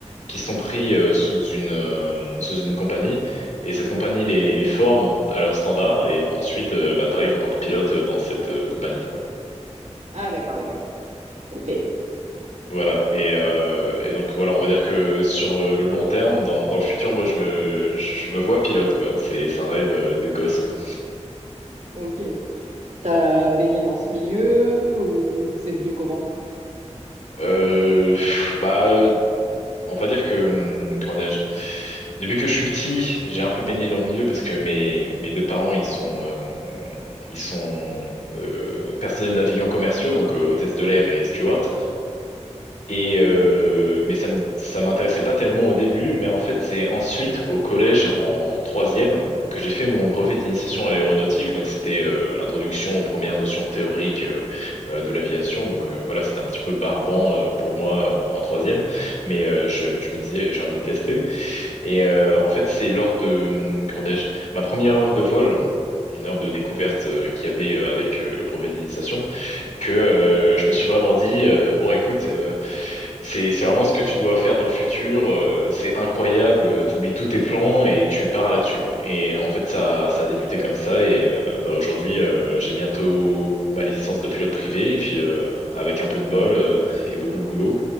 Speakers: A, on the left (about 85°); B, on the right (about 75°).
A: qui sont pris euh, sous une, euh, sous une compagnie, et cette compagnie les, les forme à leurs standards, et ensuite, euh, bah, t'arrives en tant que pilote dans cette euh, compagnie, quoi.
B: Ah d'accord, d'accord. Ok.
A: Voilà, et, euh, et donc voilà, on va dire que sur euh, le long terme, dans, dans le futur, moi je me, je je me vois pilote, quoi. C'est, c'est un rêve euh, de gosse, quoi.
B: Ok. T'as baigné dans ce milieu ou c'est venu comment?
A: Euh, pff, bah. On va dire que, hum, comment dirais-je, depuis que je suis petit, j'ai un peu baigné dans le milieu parce que mes, mes deux parents, ils sont, euh, ils sont euh, personnels navigants commerciaux, donc euh, hôtesse de l'air et steward.
B: Ok.
A: Et euh, mais ça me, ça m'intéressait pas tellement au début, mais en fait c'est ensuite au collège en troisième que j'ai fait mon brevet d'initiation à l'aéronautique. Donc c'était euh, l'introduction aux premières notions théoriques euh, euh, de l'aviation. Donc euh, voilà, c'était un petit peu barbant euh, pour moi en, en troisième, mais euh, je, je me disais j'ai envie de tester. Et euh, en fait c'est lors de hum, comment dirais-je ma première heure de vol. Une heure de découverte euh, qu'il y avait euh, avec euh, le brevet d'initiation que euh, je me suis vraiment dit, euh, bon, écoute, euh, c'est c'est vraiment ce que tu dois faire dans le futur. euh, c'est incroyable. euh, T'oublies tous tes plans et tu pars là-dessus. Et en fait, ça ça a débuté comme ça. Et euh, bah aujourd'hui, euh, j'ai bientôt ma licence de pilote privé. Et puis euh, avec un peu de bol euh, <laughs> et beaucoup de boulot,